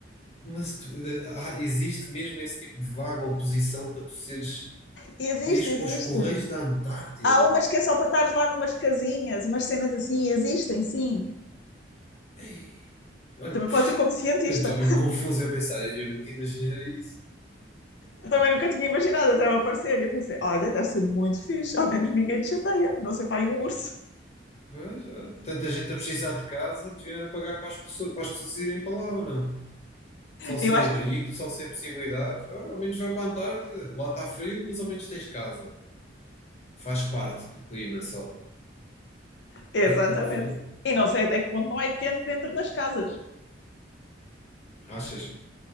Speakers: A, on the left; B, on the left.
A: mas tu- ah, existe mesmo esse tipo de vaga oposição para tu seres
B: Existe,
A: País para
B: existe.
A: os Correios da Antártida.
B: Há umas que é só para estar lá numas casinhas, umas cenas assim, existem, sim.
A: Ei, olha,
B: Também pode ser como cientista.
A: eu estou mesmo confuso eu pensar, eu nunca imaginei isso.
B: Eu também nunca tinha imaginado até ela aparecer. E eu pensei, olha, deve ser muito fixe, ao menos ninguém te chateia, não sei para um urso.
A: Mas, olha, tanta gente a precisar de casa, deviam era pagar para as pessoas, para as pessoas irem para lá ou não? Pessoal sem
B: Eu acho
A: abrigo,
B: que.
A: pessoal sem possibilidades. Olha, ao menos vai para a Antártida. Lá está frio, mas ao menos tens casa. Faz parte do clima só.
B: Exatamente.
A: Epá, fo-
B: E não sei até que ponto não é quente dentro das casas.
A: Achas?